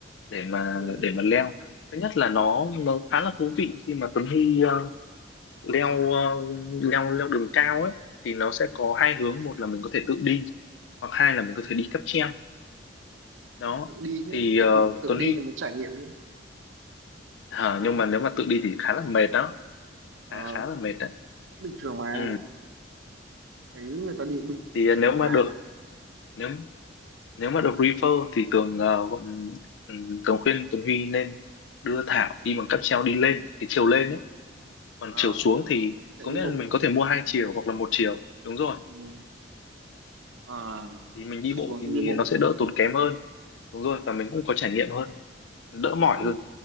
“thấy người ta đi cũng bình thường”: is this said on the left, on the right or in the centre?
Right